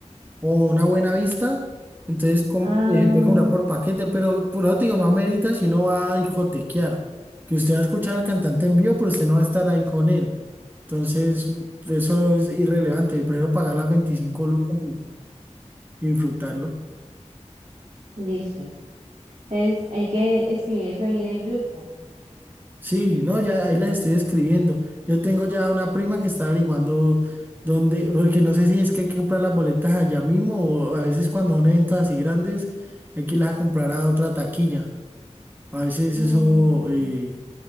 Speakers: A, on the right; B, on the right.
A: o una buena vista, entonces com-
B: Ah,
A: eh, se puede comprar por paquete, pero por eso te digo, no amerita si no va a discotequear, que usted va a escuchar al cantante en vivo, pero usted no va a estar ahí con él. Entonces, eso es irrelevante, prefiero pagar las 25 lucas y disfrutarlo.
B: listo. Entonces, hay que escribir eso ahí en el grupo.
A: Sí, no, ya ahí las estoy escribiendo. Yo tengo ya una prima que está averiguando dónde, porque no sé si es que hay que comprar las boletas allá mismo o a veces cuando son eventos así grandes hay que irlas a comprar a otra taquilla. A veces
B: Mm,
A: eso, eh,